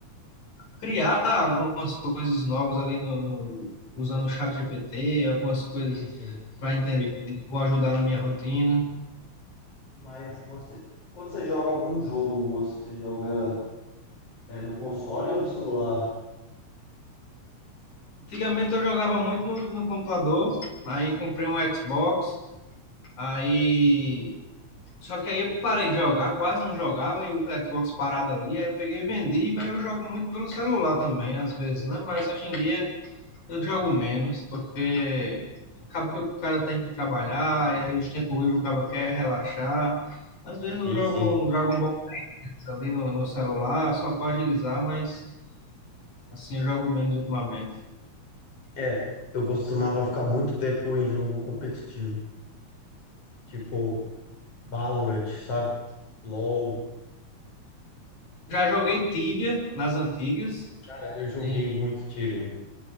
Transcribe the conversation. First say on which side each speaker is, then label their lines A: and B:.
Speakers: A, on the left (about 80°); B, on the left (about 55°).
A: criar algumas coisas novas ali no, no, usando o chat GPT, algumas coisas
B: Isso aí.
A: para entender, vou ajudar na minha rotina.
B: Mas você, quando você joga algum jogo, você joga né, no console ou no celular?
A: Antigamente eu jogava muito no, no computador, aí comprei um Xbox, aí. Só que aí eu parei de jogar, quase não jogava, e o Xbox parado ali, aí eu peguei e vendi, mas eu jogo muito pelo celular também, às vezes, né? Mas hoje em dia eu jogo menos, porque acaba que o cara tem que trabalhar, e aí os tempos ruins o cara quer relaxar. Às vezes eu
B: Sim,
A: jogo
B: sim.
A: um Dragon Ball ali no, no celular, só para agilizar, mas assim eu jogo menos ultimamente.
B: É, eu costumava ficar muito tempo em jogo competitivo, tipo Valorant, sabe? LoL.
A: Já joguei Tibia nas antigas.
B: Cara, eu joguei
A: E,
B: muito Tibia.